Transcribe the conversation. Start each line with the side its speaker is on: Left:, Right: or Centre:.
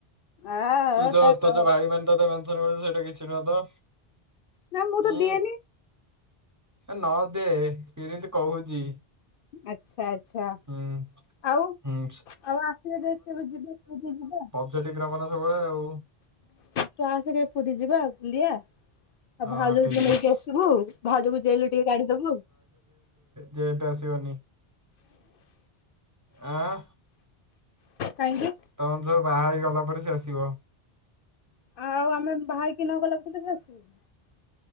Left: ଆ
Right: ତୁ
Left: ଅ
Right: ଯୋଉ
Left: ତ କ
Right: ତୋ ଯୋଉ ଭାଇ ମାନ ତ ସେଇଟା କିଛି ନୁହଁ ତ।
Left: ନା ମୁଁ ତ
Right: ଉୁଁ
Left: ଦିଏନି
Right: ନ ଦେ କିଏ ତତେ କହୁଛି?
Left: ଆଚ୍ଛା। ଆଛା ଆଚ୍ଛା
Right: ହୁଁ
Left: ଆଉ
Right: ହୁଁ
Left: ଆଉ ଆସିବେ ଯେତେବେ ଯିବେ ପୁରୀ ଯିବା।
Right: ସେଠି ଗ୍ରାମ ନାଚ ହୁଏ ଆଉ
Left: ତା ପରେ ପୁରୀ ଯିବା ଆଉ ବୁଲିଆ। ଆଉ
Right: ହଁ
Left: ଭାଉଜକୁ
Right: ଠିକ
Left: ଟିକେ ନେଇକି
Right: ଅଛି।
Left: ଆସିବୁ ଭାଉଜକୁ ଜେଲରୁ ଟିକେ କାଢି ଦବୁ।
Right: ଯେହେତୁ ଆସିବନି। ଆଁ
Left: କାହିଁକି?
Right: ତମେମାନେ ବାହା ହେଇ ଗଲା ପରେ ସେ ଆସିବ।
Left: ଆଉ ଆମେ ବାହାହେଇକି ନ ଗଲା ପର୍ଯ୍ୟନ୍ତ ଆସିବ